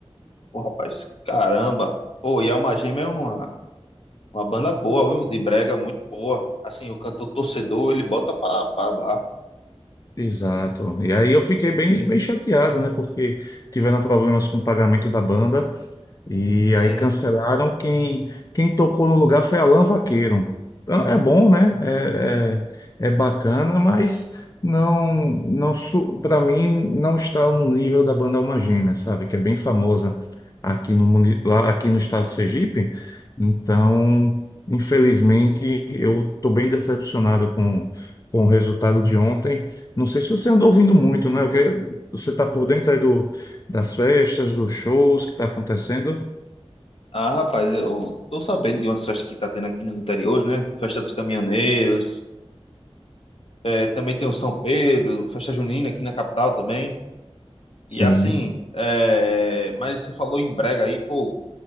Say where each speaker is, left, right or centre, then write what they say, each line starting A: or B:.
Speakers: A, on the left; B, on the left.
A: Pô, rapaz, caramba. Pô, e a Alma Gêmea é uma, uma banda boa, viu? De brega, muito boa. Assim, o cantor torcedor, ele bota pra, pra lá.
B: Exato. E aí eu fiquei bem, bem chateado, né, porque tiveram problemas com o pagamento da banda. E
A: Sim.
B: aí cancelaram. Quem, quem tocou no lugar foi Alan Vaqueiro. Então, é bom, né? É, é, é bacana, mas não, não para mim não está no nível da banda Alma Gêmea, sabe? Que é bem famosa aqui no, muni- lá, aqui no estado de Sergipe. Então, infelizmente, eu estou bem decepcionado com, com o resultado de ontem. Não sei se você andou ouvindo muito, né? O que- Você está por dentro aí do, das festas, dos shows que está acontecendo.
A: Ah, rapaz, eu tô sabendo de umas festas que tá tendo aqui no interior, hoje, né? Festa dos Caminhoneiros, é, também tem o São Pedro, Festa Junina aqui na capital também.
B: Sim,
A: E assim, é, mas você falou em brega aí, pô.